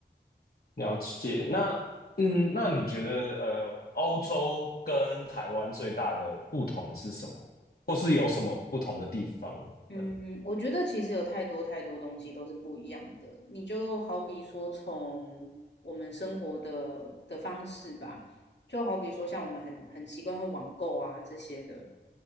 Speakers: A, on the left; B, on the left.
A: 了解。那嗯，那你觉得呃，欧洲跟台湾最大的不同是什么？或是有什么不同的地方？
B: 嗯，
A: 呃
B: 我觉得其实有太多太多东西都是不一样的。你就好比说，从我们生活的的方式吧，就好比说像我们很很习惯会网购啊这些的。